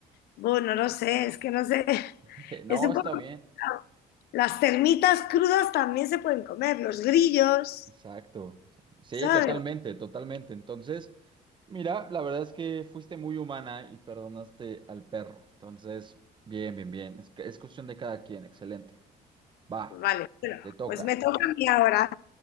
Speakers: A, on the left (about 70°); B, on the right (about 30°).
A: Bueno, no sé, es que no sé. <laughs>
B: <laughs> no,
A: Es un
B: está
A: poco complicado.
B: bien.
A: Las termitas crudas también se pueden comer, los grillos,
B: Exacto. Sí,
A: ¿sabes?
B: totalmente, totalmente. Entonces, mira, la verdad es que fuiste muy humana y perdonaste al perro. Entonces, bien, bien, bien. Es, que- es cuestión de cada quien. Excelente. Va,
A: Vale, bueno,
B: te toca.
A: pues me toca a mí ahora.